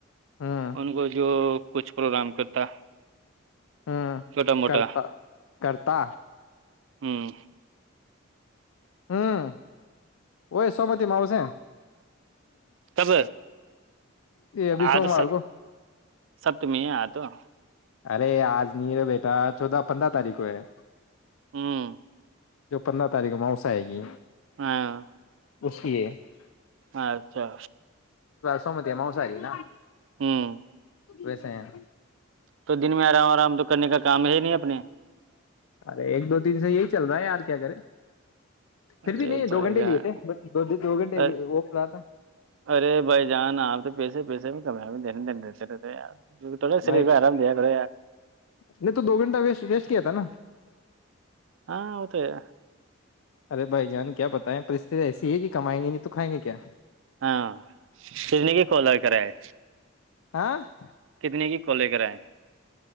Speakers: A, on the left; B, on the right.
A: ہوں
B: ان کو جو کچھ پروگرام کرتا
A: ہوں
B: چھوٹا موٹا
A: کرتا کرتا
B: ہوں
A: ہوں وہئی سومتی م ہوس
B: کب
A: ابھی
B: آ
A: سوموار
B: تو سب
A: کو
B: سبت میں ہے آ تو <unintelligible>
A: ارے آج نہیں رہے بیٹا چودہ پندرہ تاریخ کو ہے
B: ہوں
A: جو پندرہ تاریخ موسا آئے گی
B: ہاں
A: اس لیے <unintelligible>
B: اچھا
A: سوومتی مسہاری نا
B: ہوں
A: ویسے ہیں
B: تو دن میں آرام آرام تو کرنے کا کام ہے نہیں اب اپنے <unintelligible>
A: ارے ایک دو تین سے یہی چل رہا ہے یار کیا کرے پھر
B: ارے
A: بھی نہیں
B: بھائی
A: دو گھنٹے
B: جان
A: لیے تھے بٹ دو دو گھنٹے
B: ارے
A: وہ رہا تھا
B: ارے بھائی جان آپ تو پیسے پیسے بھی کم دنے دنے دیتے رہتے سریہ
A: بھائی
B: آرام د کرڑ
A: نہیں تو دو گھنٹہ ویس ویسٹ کیا تھا نا
B: ہاں ہوتے <unintelligible>
A: ارے بھائی جان کیا بتائیں پرست ایسی ہے کہ کمائیں گی نہیں تو کھائیں گے کیا
B: ہاں پھرنے کی کولو کر رہ ہے
A: آ <unintelligible>
B: کتنے کی ک لے کریں